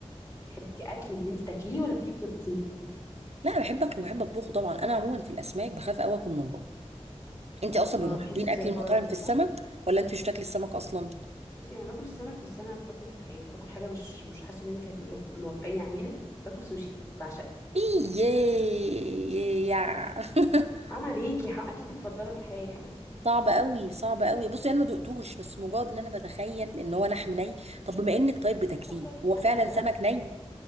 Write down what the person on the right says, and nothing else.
لا بحب اكله وبحب اطبخه طبعا انا عموما في الاسماك بخاف قوي اكل من بره انت اصلا
من محبين
اكل المطاعم
في السمك
ولا انت مش بتاكلي السمك اصلا
ايه <laughs>
صعب قوي صعب قوي بصي انا ما دقتوش بس مجرد ان انا بتخيل ان هو لحم ني طب بما انك طيب بتاكليه
هو
فعلا
سمك
ني